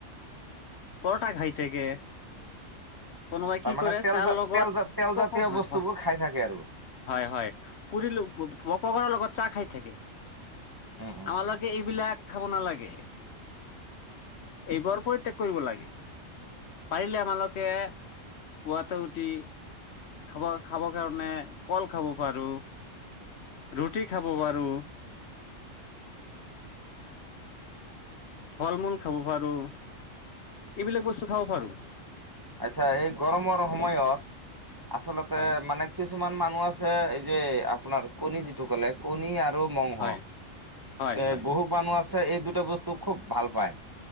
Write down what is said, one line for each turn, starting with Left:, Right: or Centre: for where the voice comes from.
Left: পৰঠা খাই থাকে। কোনোবাই
Right: তাৰমানে
Left: কি কৰে
Right: তেল
Left: চাহৰ
Right: জা
Left: লগত
Right: তেল জা তেল জাতীয়
Left: পক হয়
Right: বস্তুবোৰ
Left: হয়।
Right: খাই থাকে আৰু
Left: হয়, হয়, পুৰী, পকৰাৰ লগত চাহ খাই থাকে।
Right: উম উম
Left: আমালোকে
Right: উম।
Left: এইবিলাক খাব নালাগে। এইবোৰ পৰিত্যাগ কৰিব লাগে। পাৰিলে আমালোকে পুৱাতে উঠি খাব খাবৰ কাৰণে কল খাব পাৰো, ৰুটি খাব পাৰো। ফল মূল খাব পাৰো। এইবিলাক বস্তু খাব পাৰো।
Right: আচ্ছা, এই গৰমৰ সময়ত আচলতে
Left: হয়
Right: মানে কিছুমান মানুহ আছে, এই যে আপোনাৰ কণী যিটো ক'লে কণী আৰু মংস
Left: হয় হয়
Right: এ
Left: হয়
Right: বহু মানুহ আছে এই দুটা বস্তু খুব ভাল পায়।